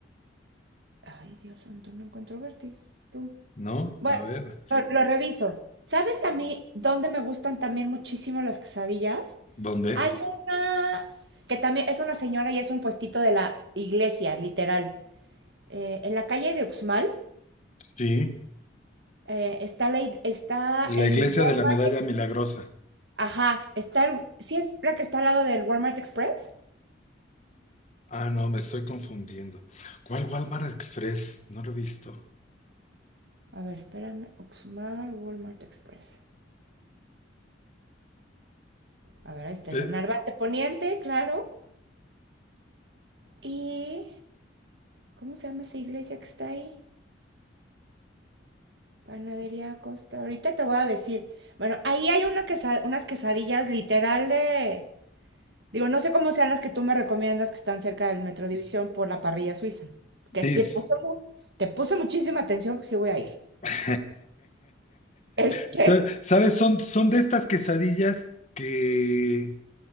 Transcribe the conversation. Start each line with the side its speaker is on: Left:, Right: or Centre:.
Right: Ay, Dios santo, no encuentro Vertis. Tú.
Left: ¿No?
Right: Bueno,
Left: A ver.
Right: lo, lo reviso. ¿Sabes a mí dónde me gustan también muchísimo las quesadillas?
Left: ¿Dónde?
Right: Hay una que también es una señora y es un puestito de la iglesia, literal. Eh, en la calle de Uxmal
Left: Sí.
Right: eh, está, la, ig- está
Left: La
Right: el
Left: iglesia
Right: Walmart.
Left: de la Medalla Milagrosa.
Right: Ajá, está el. ¿Sí es la que está al lado del Walmart Express?
Left: Ah, no, me estoy confundiendo. ¿Cuál Walmart Express? No lo he visto.
Right: A ver, espérame. Uxmal, Walmart Express. A ver, ahí está,
Left: Eh,
Right: es de Narvarte Poniente, claro. Y. ¿Cómo se llama esa iglesia que está ahí? Panadería Costa. Ahorita te voy a decir. Bueno, ahí hay una quesa- unas quesadillas literal de Digo, no sé cómo sean las que tú me recomiendas que están cerca del Metro División por la parrilla suiza, que
Left: Sí,
Right: te puse, mu- te puse muchísima atención, porque sí voy a ir.
Left: <laughs>
Right: Este,
Left: Sa- ¿Sabes? Son, son de estas quesadillas que